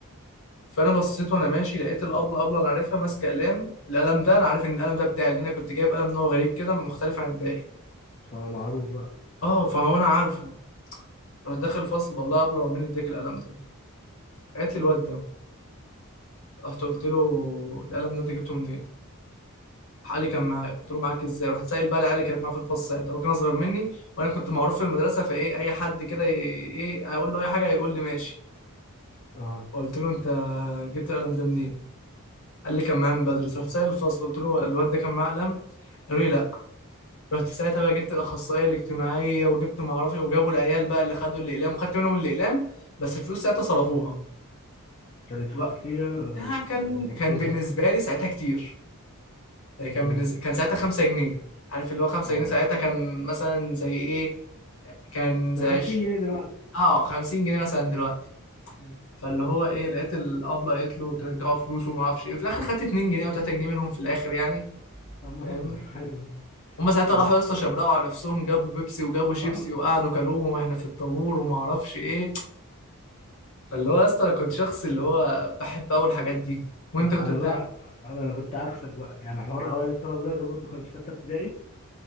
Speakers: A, on the left (about 65°); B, on the left (about 30°).
A: فانا بصيت وانا ماشي لقيت الابله ابله انا عارفها ماسكه قلم القلم ده انا عارف ان القلم ده بتاعي لان انا كنت جايب قلم نوع غريب كده مختلف عن الباقي
B: فمعروف بقى
A: اه فهو انا عارفه رحت داخل الفصل بقول لها ابله هو مين اللي اداك القلم ده قالت لي الواد ده رحت قلت له القلم ده انت جبته منين راح قال لي كان معايا قلت له معاك ازاي رحت سائل بقى العيال اللي كانت معاه في الفصل ساعتها هو كان اصغر مني وانا كنت معروف في المدرسه فايه اي حد كده ي- ايه اقول له اي حاجه هيقول لي ماشي
B: اه
A: قلت له انت جبت القلم ده منين قال لي كان معايا من بدري رحت سائل الفصل قلت له الواد ده كان معاه قلم قالوا لي لا رحت ساعتها بقى جبت الاخصائيه الاجتماعيه وجبت ما اعرفش إيه، وجابوا العيال بقى اللي خدوا الاقلام خدت منهم الاقلام بس الفلوس ساعتها صرفوها
B: كانت
A: وبقى
B: فلوس كتير يعني ولا كانت
A: آه كان
B: آه، مصروفة
A: كان بالنسبه لي ساعتها كتير يعني كان
B: امم
A: بالنسبة كان ساعتها 5 جنيه عارف اللي هو 5
B: اه
A: جنيه ساعتها كان مثلا زي ايه كان زي
B: زي 50
A: 20
B: جنيه دلوقتي
A: اه 50 جنيه مثلا دلوقتي
B: مم.
A: فاللي هو ايه لقيت الابله قالت له ترجعوا فلوسه وما اعرفش ايه في الاخر خدت 2 جنيه او 3 جنيه منهم في الاخر يعني
B: طب ما
A: فاهمني
B: حلو حلو ده.
A: هما ساعتها
B: انا
A: راحوا يا اسطى شبرقوا على نفسهم جابوا بيبسي وجابوا شيبسي
B: اه
A: وقعدوا كلوهم واحنا في الطابور وما اعرفش ايه فاللي هو يا اسطى انا كنت شخص اللي هو بحب اول الحاجات دي
B: لا،
A: وانت كنت
B: انا
A: بتعمل
B: بقى انا أنا كنت عكسك بقى يعني حوار اوائل الطلبه ده جاب برضه كان في سته ابتدائي